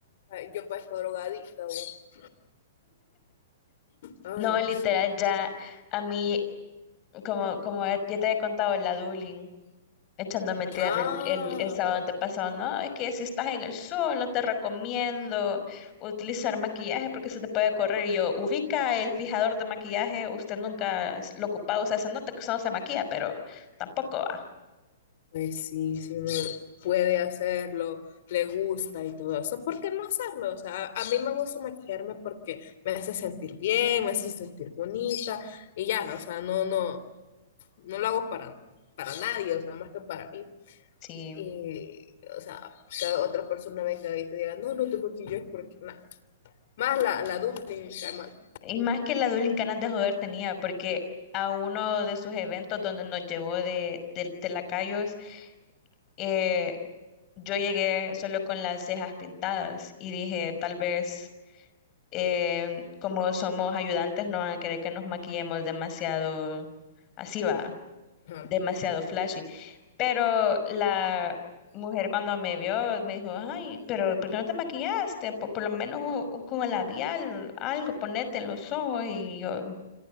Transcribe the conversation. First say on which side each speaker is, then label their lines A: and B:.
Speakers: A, on the left; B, on the left.
A: Ay, Yo parezco drogadicta, vos. Ay.
B: No, literal, ya a mí, como, como ya te he contado, la dueling. echándome tierra
A: Ah,
B: el, el, el sábado antepasado. No, es que si estás en el sol, no te recomiendo utilizar maquillaje porque se te puede correr. Y yo, ubica el fijador de maquillaje, usted nunca es- lo ha ocupado, o sea, se nota que usted no se maquilla, pero tampoco va.
A: pues sí, si uno puede hacerlo, le gusta y todo eso, ¿por qué no hacerlo? O sea, a, a mí me gusta maquillarme porque me hace sentir bien, me hace sentir bonita y ya, o sea, no, no, no lo hago para, para nadie, o sea, más que para mí.
B: Sí.
A: Y, o sea, que otra persona venga y te diga, no, no te maquilles porque, nada, más la, la duda y me cae mal.
B: Y más que la Dueling ganas de joder tenía, porque a uno de sus eventos donde nos llevó de, de, de lacayos, eh, yo llegué solo con las cejas pintadas y dije, tal vez. eh, como somos ayudantes, no van a querer que nos maquillemos demasiado así va,
A: Ajá.
B: demasiado flashy. Pero la mujer cuando me vio me dijo, ay, pero ¿por qué no te maquillaste? Por, por lo menos u- u- con el labial, algo, ponete en los ojos. Y yo,